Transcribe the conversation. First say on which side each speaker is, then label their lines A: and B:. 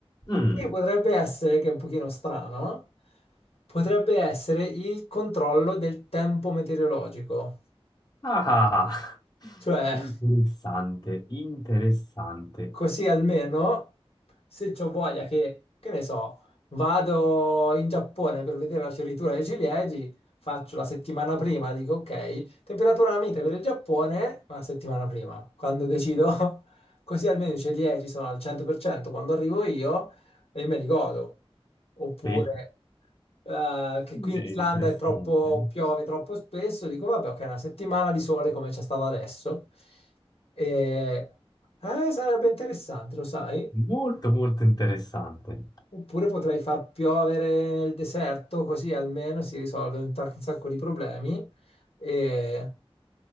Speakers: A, on the left; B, on the left.
A: Mm.
B: che potrebbe essere, che è un pochino strano, potrebbe essere il controllo del tempo meteorologico.
A: Ah, ah, ah.
B: Cioè,
A: interessante, interessante.
B: Così almeno, se ho voglia che, che ne so, vado in Giappone per vedere la fioritura dei ciliegi, faccio la settimana prima, dico ok, temperatura mite per il Giappone, una settimana prima, quando decido, <laughs> così almeno i ciliegi sono al 100% quando arrivo io e me li godo. Oppure
A: Sì.
B: eh, che qui
A: È
B: in Islanda
A: interessante,
B: è troppo, piove troppo spesso, dico vabbè, ok, una settimana di sole come c'è stata adesso, e, eh, sarebbe interessante, lo sai?
A: molto molto interessante,
B: Oppure potrei far piovere nel deserto, così almeno si risolve un, tac- un sacco di problemi. E,